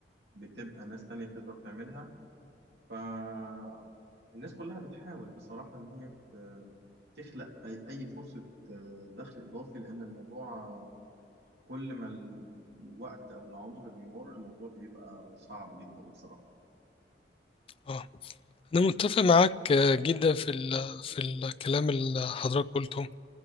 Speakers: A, on the right (about 70°); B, on the left (about 30°).
A: بتبقى ناس تانية بتقدر تعملها فالناس كلها بتحاول بصراحة إن هي ت- تخلق أي أي فرصة آه، دخل إضافي لأن الموضوع آه، كل ما ال- الوقت أو العمر بيمر الموضوع بيبقى صعب جدا بصراحة
B: اه أنا متفق معاك آه، جدا في ال- في الكلام اللي حضرتك قلته